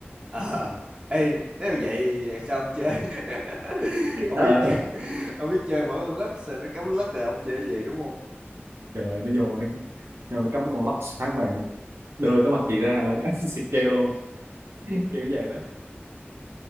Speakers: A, on the right; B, on the right.
A: À, ê, nếu vậy sao ông chơi? <laughs>
B: cái
A: Ông
B: ờ
A: biết chơi,
B: đó
A: ông biết chơi mở con lắc sao nó cắm lắc rồi ông chơi cái gì đúng không?
B: trời ơi, nó vô nó, nó nó cắm con Lux phát là đưa cái mặt chị ra luôn anh <laughs> xịt keo luôn kiểu vậy đó